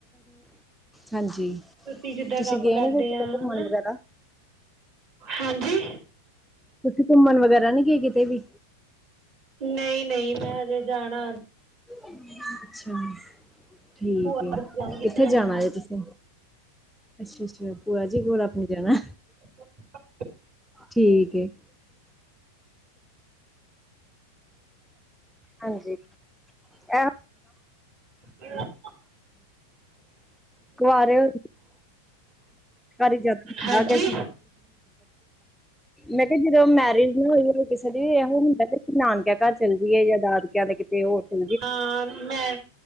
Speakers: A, in the centre; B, on the right.
A: ਹਾਂਜੀ
B: ਤੁਸੀਂ ਜਿੱਦਾਂ ਕੰਮ
A: ਗਏ
B: ਕਰਦੇ
A: ਨੀ ਫਿਰ ਕਿਤੇ
B: ਹ
A: ਘੁੰਮਣ
B: ਹਨਾ
A: ਵਗੈਰਾ?
B: ਹਾਂਜੀ
A: ਤੁਸੀਂ ਘੁੰਮਣ ਵਗੈਰਾ ਨੀ ਗਏ ਕਿਤੇ ਵੀ
B: ਨਹੀਂ ਨਹੀਂ ਮੈਂ ਹਜੇ ਜਾਣਾ
A: ਅੱਛਾ ਠੀਕ
B: ਭੂਆ
A: ਹੈ
B: ਦੇ ਜਾਊਂਗੀ
A: ਕਿੱਥੇ ਜਾਣਾ ਜ ਤੁਸੀਸੀਂ ਅੱਛਾ ਅੱਛਾ ਭੂਆ ਜੀ ਕੋਲ ਆਪਣੇ ਜਾਣਾ
B: ਅੱ
A: ਠੀਕ ਏ ਹਾਂਜੀ ਇਹ
B: ਹ
A: ਕਵਾ ਰਹੇ ਹੋ। ਘ ਹੁੰ
B: ਹਾਂਜੀ
A: ਮੈਂ ਕਿਹਾ ਜਦੋਂ ਮੈਰਿਜ ਨਾ ਹੋਈ ਕਿਸੇ ਦੀ ਇਹੋ ਹੁੰਦਾ ਨਾਨਕਿਆਂ ਘਰ ਚੱਲ ਜਾਈਏ ਜਾਂ ਦਾਦਕਿਆਂ ਦੇ ਤੇ ਹੋਰ ਸੁ
B: ਹਾਂ ਮੈ